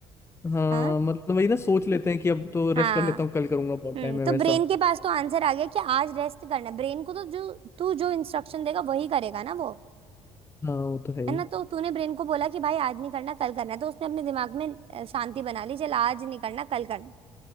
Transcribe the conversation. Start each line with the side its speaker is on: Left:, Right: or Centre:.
Left: हाँ
Right: हाँ
Left: मतलब वही ना सोच लेते हैं कि अब तो रेस्ट
Right: हाँ
Left: कर लेता हूँ कल करूंगा बहुत
Right: हम्म
Left: टाइम है
Right: तो
Left: वैसा
Right: ब्रेन के पास तो आंसर आ गया कि आज रेस्ट करना है ब्रेन को तो जो तू जो इंस्ट्रक्शन देगा वही करेगा ना वो
Left: हाँ वो तो है ही
Right: है ना तो तूने ब्रेन को बोला कि भाई आज नहीं करना कल करना है तो उसने अपने दिमाग में अ, शांति बना ली चल आज नहीं करना कल करना